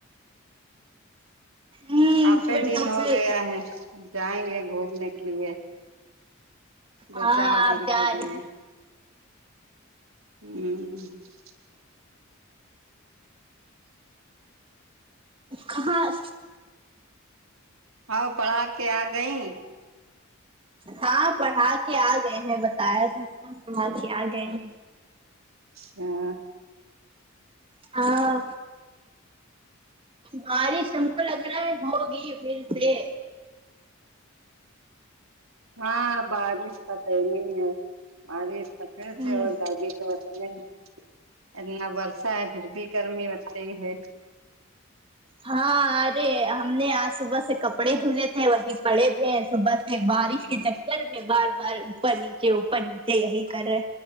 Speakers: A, on the right; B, on the right.
A: ہوں
B: کافی
A: پھر
B: دن
A: تو
B: ہو
A: پھر
B: گیا ہے اب جائیں گے گھومنے کے لیے دو
A: ہاں
B: چار
A: آپ
B: دن
A: جارہی
B: کے لیے ہوں
A: کہاں
B: ہؤ پڑھا کے آ گئی
A: ہاں پڑھا کے آ گئے ہیں بتایا توتھا پڑھا کے آ گئے ہیں
B: ہاں
A: ہاں وا بارش ہم کو لگ رہا ہے ہوگی پھر سے
B: ہاں بارش کا تو نئی ہے ارش کا پھر سے
A: ہوں
B: اور گرمی تو نہیں اتنا برسہ ہے پھر بھی گرمی ہوتی ہی ہے
A: ہاں ارے ہے ہم نے آج صبح سے کپڑے دھونے تھے وہی پڑے تھے صبح سے
B: ہ
A: بارش کے چکر میں بار بار اوپر ن یہ اوپر نیچے یہی کر رہے